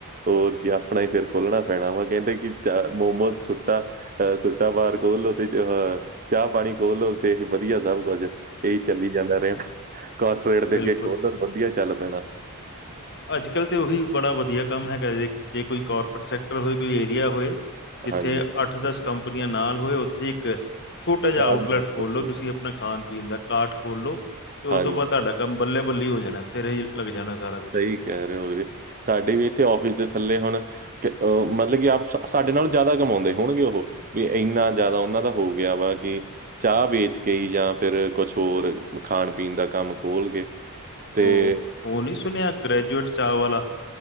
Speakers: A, on the right (about 40°); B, on the left (about 50°).
A: ਹੋਰ ਕੀ ਆਪਣਾ ਹੀ ਫੇਰ ਖੋਲਣਾ ਪੈਣਾ ਵਾ ਕਹਿੰਦੇ ਕਿ ਚ ਮੋਮੋ ਸੁਟਾ ਅਹ ਸੁੱਟਾ ਪਾਰ ਖੋਲ ਲੋ, ਤੇ ਅਹ ਚਾਹ ਪਾਣੀ ਖੋਲਲੋ ਤੇ ਵਧੀਆ ਸਭ ਕੁਛ ਇਹ ਚੱਲੀ ਜਾਂਦਾ ਰੇ, ਕਾਰਪੋਰੇਟ ਦੇ
B: ਬਿਲਕੁਲ,
A: ਅੱਗੇ ਖੋਲ
B: ਬਿਲਕੁਲ
A: ਲੋ ਵਧੀਆ ਚੱਲ ਪੈਣਾ
B: ਅੱਜ-ਕੱਲ੍ਹ ਤਾਂ ਉਹੀ ਬੜਾ ਵਧੀਆ ਕੰਮ ਹੈਗਾ ਜੇ, ਜੇ ਕੋਈ ਕਾਰਪੋਰੇਟ ਸੈਕਟਰ ਹੋਏ, ਕੋਈ ਏਰੀਆ ਹੋਏ ਜਿੱਥੇ
A: ਹਾਂਜੀ
B: ਅੱਠ-ਦਸ ਕੰਪਨੀਆਂ ਨਾਲ ਹੋਏ ਉੱਥੇ ਇੱਕ ਛੋਟਾ ਜਿਹਾ
A: ਚਾਹ
B: ਆਊਟਲੈਟ
A: ਵੀ
B: ਖੋਲੋ
A: ਖੋਲ ਲੋ
B: ਤੁਸੀਂ ਆਪਣਾ ਖਾਣ-ਪੀਣ ਦਾ ਕਾਰਟ ਖੋਲ ਲੋ, ਤੇ ਉਹ
A: ਹਾਂਜੀ
B: ਤੋਂ ਬਾਅਦ ਤੁਹਾਡਾ ਕੰਮ ਬੱਲੇ-ਬੱਲੇ ਹੋ ਜਾਣਾ ਸਿਰੇ ਹੀ ਲੱਗ ਜਾਣਾ ਸਾਰਾ ਕੁਛ
A: ਸਹੀ ਕਹਿ ਰਹੇ ਹੋ ਵੀਰੇ, ਸਾਡੇ ਵੀ ਇੱਥੇ ਆਫਿਸ ਦੇ ਥੱਲੇ ਹੁਣ ਕਿ ਅਹ ਮਤਲਬ ਕਿ ਆਪ ਸਾਡੇ ਨਾਲ ਜ਼ਿਆਦਾ ਕਮਾਉਂਦੇ ਹੋਣਗੇ ਉਹ ਵੀ ਇੰਨਾ ਜ਼ਿਆਦਾ ਉਹਨਾਂ ਦਾ ਹੋ ਗਿਆ ਵਾ ਕਿ ਚਾਹ ਵੇਚ ਕੇ ਜਾਂ ਫਿਰ ਕੁਛ ਹੋਰ ਖਾਣ-ਪੀਣ ਦਾ ਕੰਮ ਖੋਲ ਕੇ ਤੇ
B: ਉਹ, ਉਹ ਨੀ ਸੁਣਿਆ ਗ੍ਰੈਜੂਏਟ ਚਾਹ ਵਾਲਾ